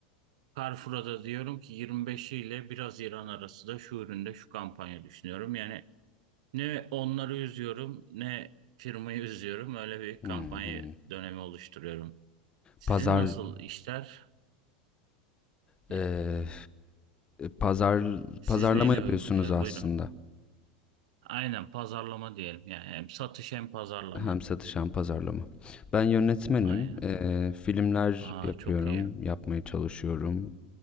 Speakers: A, on the right; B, on the left.
A: Carrefour'a da diyorum ki 25'i ile 1 Haziran arası da şu üründe şu kampanya düşünüyorum. Yani Ne onları üzüyorum ne firmayı üzüyorum. Öyle bir kampanya
B: Hı hı.
A: dönemi oluşturuyorum. Sizin
B: Pazar
A: nasıl işler?
B: eee,
A: E,
B: pazar
A: Siz
B: pazarlama
A: neyle
B: yapıyorsunuz
A: e,
B: aslında.
A: buyurun. Aynen pazarlama diyelim. Yani hem satış hem pazarlama.
B: Hem satış hem pazarlama. Ben yönetmenim.
A: Aynen.
B: Eee, filmler
A: Aa
B: yapıyorum,
A: çok iyi.
B: yapmaya çalışıyorum,